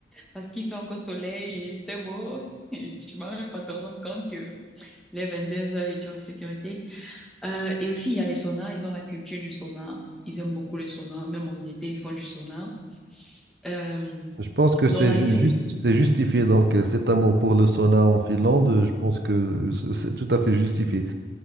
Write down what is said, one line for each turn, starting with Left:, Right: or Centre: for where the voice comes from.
Centre: parce qu'il fait encore soleil et il fait beau. Et tu vas même pas te rendre compte que les 22 heures, et tu es en sécurité. Euh, et aussi, il y a les saunas. Ils ont la culture du sauna. Ils aiment beaucoup les saunas. Même en été, ils font du sauna. Euh,
Right: Je pense que
Centre: dans
Right: c'est
Centre: la
Right: ju-
Centre: ville,
Right: juste, c'est justifié. Donc, euh, cet amour pour le sauna en Finlande, euh, je pense que c- c'est tout à fait justifié.